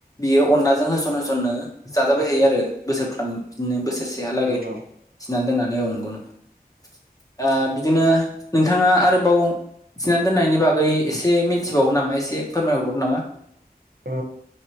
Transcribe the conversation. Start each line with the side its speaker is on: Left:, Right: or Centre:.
Left: बियो अनलाजों होसन होसननो जाजाबाय थायो आरो बोसोरफ्राम बिदिनो बोसोरसेहालागै
Right: नंगौ
Left: थिनानै दोननानै एवनगौ नङा
Right: औ
Left: बिदिनो नोंथाङा आरोबाव थिनानै दोननायनि बागै एसे मिन्थिबावगो नामा एसे फोरमायहरबावगो नामा
Right: औ